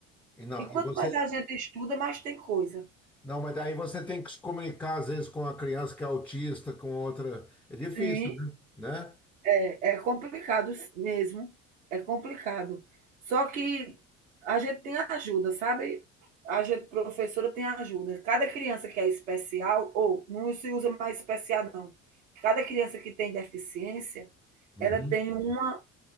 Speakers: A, in the centre; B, on the right.
A: E não,
B: E quanto
A: e você.
B: mais a gente estuda, mais tem coisa.
A: Não, mas daí você tem que se comunicar, às vezes, com a criança que é autista, com outra. É difícil,
B: Sim.
A: né? Né?
B: É, é complicado mesmo, é complicado. Só que a gente tem ajuda, sabe? A gente, professora, tem ajuda. Cada criança que é especial, ou não se usa mais especial, não. Cada criança que tem deficiência,
A: Uhum.
B: ela tem uma.